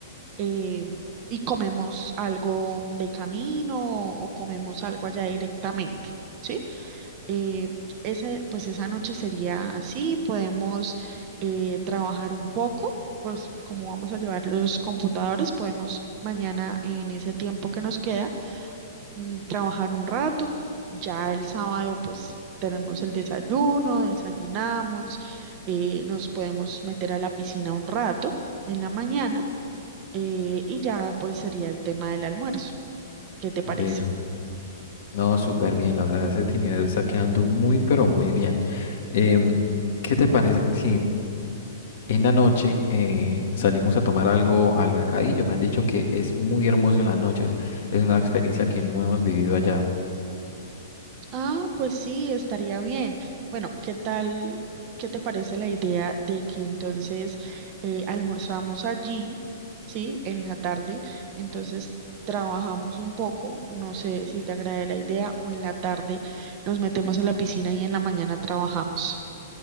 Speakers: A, on the right; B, on the left.
A: eh, y comemos algo de camino o, comemos algo allá directamente, ¿sí? Eh, ese, pues esa noche sería así, podemos eh, trabajar un poco, pues como vamos a llevar los computadores, podemos mañana en ese tiempo que nos queda mm, trabajar un rato. Ya el sábado, pues tenemos el desayuno, desayunamos, eh, nos podemos meter a la piscina un rato en la mañana eh, y ya pues sería el tema del almuerzo. ¿Qué te parece?
B: De, no, súper bien, la verdad, ese itinerario está quedando muy, pero muy bien. Em, ¿qué te parece? Sí, En la noche eh, salimos a tomar algo al mercadillo. Me han dicho que es muy hermoso en las noches. Es una experiencia que no hemos vivido allá.
A: Ah, pues sí, estaría bien. Bueno, ¿qué tal? ¿Qué te parece la idea de que entonces eh, almorzamos allí, sí, en la tarde? Entonces trabajamos un poco, no sé si te agrade la idea, o en la tarde nos metemos en la piscina y en la mañana trabajamos.